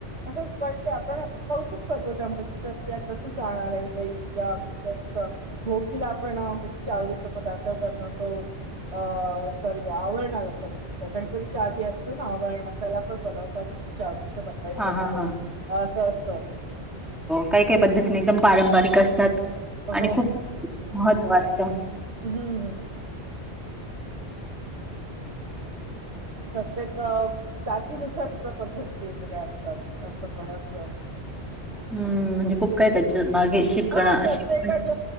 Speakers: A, on the right (about 70°); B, in the centre.
A: तसच पण ते आपण कौतुक करतो त्या मुलीच की आता तू चाणार आहे सई तुझ्या आवडीच तस भोगीला आपण मुली चावळीचा पदार्थ बनवतो अ सरी आववरण आला सरी गणपतीच्या आधी असतं ना आवरण त्याला पण बनवतात म्हण चावलीच बनवायच
B: हां,
A: असत
B: हां,
A: असं
B: हां.
A: असत म्हणजे
B: काही काही पद्धतीने एकदम पारंपरिक असतात
A: हो
B: आणि खूप महत्त्व असतं
A: हम् हम प्रत्येक जातीनुसार सुद्धा पद्धती वेगवेगळ्या असतात असं पण असं
B: ह्म म्हणजे खूप काय त्याच मागे शिकणं
A: हो प्रत्येकाात
B: शिकण